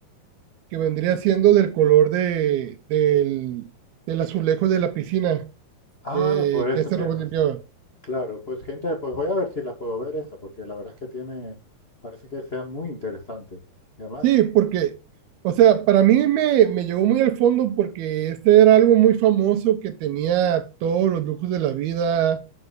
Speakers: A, on the right; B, on the left.
A: que vendría siendo del color de, del, del azulejo de la piscina
B: Ah,
A: que,
B: por eso
A: que este
B: se
A: robot
B: llama
A: limpiaba.
B: así. Claro, pues gente, pues voy a ver si la puedo ver esa, porque la verdad es que tiene, parece que sea muy interesante. Y además,
A: Sí, porque, o sea, para mí me, me llegó muy al fondo porque este era algo muy famoso que tenía todos los lujos de la vida,